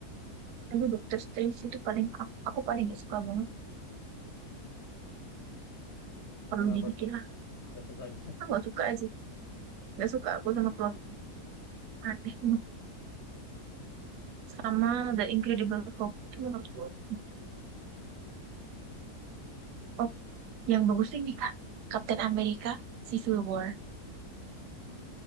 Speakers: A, on the right; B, on the left.
A: tapi Doctor Strange itu paling aku, aku paling gak suka banget perlu
B: kenapa
A: dibikin
B: tuh
A: lah
B: nggak sukanya
A: aku gak suka aja gak suka aku sama plot aneh sama The Incredible Hulk itu menurutku oh yang bagusnya ini Kak Captain America Civil War